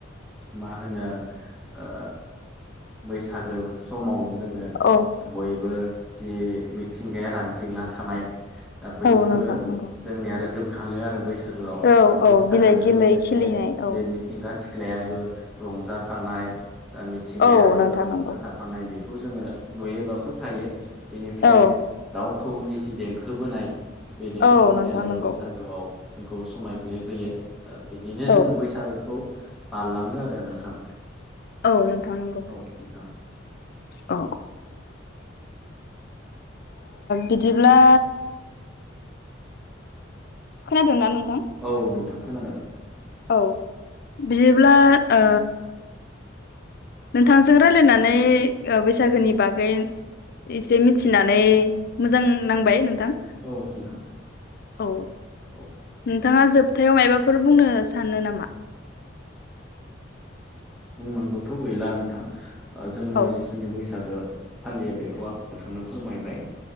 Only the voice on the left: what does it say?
औ
औ नोंथां नंगौ
औ
औ बिलाइ गिलै
खिलिनाय औ
औ नोंथां नांगौ
औ
औ
नोंथां नंगौ
औ
औ नोंथां नंगौ।
औ बिदिब्ला खोनादों ना नोंथां
औ बिदिब्ला ओ नोंथांजों रायलायनानै बैसागोनि बागै एसे मिथिनानै मोजां नांबाय नोंथां
औ
नोंथाङा जोबथायाव मायबाफोर बुंनो सानो नामा
औ